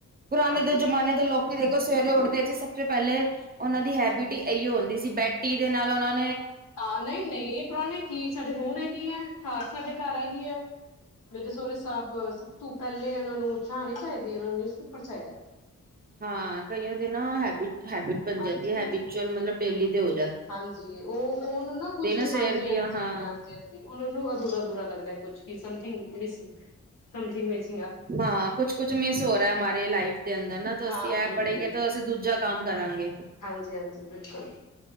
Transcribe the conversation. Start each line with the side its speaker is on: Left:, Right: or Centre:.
Right: ਪੁਰਾਣੇ
Left: ਹਾਂਜੀ।
Right: ਦੇ ਜਮਾਨੇ ਦੇ ਲੋਕ ਦੇ ਸਵੇਰੇ ਉੱਠਦੇ ਸੀ, ਸਭ ਤੋਂ ਪਹਿਲੇ ਉਹਨਾਂ ਦੀ ਹੈਬਿਟ ਹੀ ਇਹੋ ਹੁੰਦੀ ਸੀ, ਬੈਟੀ ਦੇ ਨਾਲ ਉਹਨਾਂ ਨੂੰ
Left: ਹਾਂ, ਨਈਂ ਨਈਂ ਪੁਰਾਣੇ ਕੀ ਸਾਡੇ ਹੁਣ ਇਹੀ ਐ ਖਾ ਸਾਡੇ ਘਰ ਇਹੀ ਓ ਮੇਰੇ ਸਹੁਰੇ ਸਾਹਿਬ ਸਭ ਤੂ ਪਹਿਲੇ ਉਹਨਾਂ ਨੂੰ ਉਚਾਹ ਨਹੀਂ ਚਾਹੀਦੀ ਉਹਨਾਂ ਨੂੰ ਨਿਊਜ਼ਪੇਪਰ ਚਾਹੀਦਾ।
Right: ਹਾਂ ਕਈਆਂ ਦੇ ਨਾ ਹੈਬਿਟ ਹੈਬਿਟ ਬਣ
Left: ਹਾਂਜੀ
Right: ਜਾਂਦੀ ਐ, ਬੀਚੁਅਲ ਮਤਲਬ ਡੇਲੀ ਦੇਓ
Left: ਹਾਂਜੀ ਉਹ, ਉਹਨੂੰ ਨਾ ਕੁਛ
Right: ਸਵੇਰ
Left: ਹਾਂਜੀ ਹਾਂਜੀ
Right: ਦੀਆਂ ਹਾਂ
Left: ਹਾਂਜੀ ਹਾਂਜੀ ਉਹਨਾਂ ਨੂੰ ਅਧੂਰਾ-ਅਧੂਰਾ ਲੱਗਦਾ ਕੁਛ ਸਮਥਿੰਗ ਮਿਸ ਸਮਥਿੰਗ ਵਿੱਚ
Right: ਹਾਂ ਕੁਛ ਕੁਛ ਮਿਸ ਹੋ ਰਿਹਾ ਮਾਰੀ ਲਾਈਫ ਦੇ ਅੰਦਰ ਨਾ
Left: ਹਾਂ
Right: ਅਸੀਂ ਇਹ
Left: ਬਿਲਕੁਲ
Right: ਪੜ੍ਹੇਗੇ
Left: ਬਿਲਕੁਲ
Right: ਤੇ ਅਸੀਂ ਦੂਜਾ ਕੰਮ ਕਰਾਂਗੇ।
Left: ਹਾਂਜੀ ਹਾਂਜੀ ਬਿਲਕੁਲ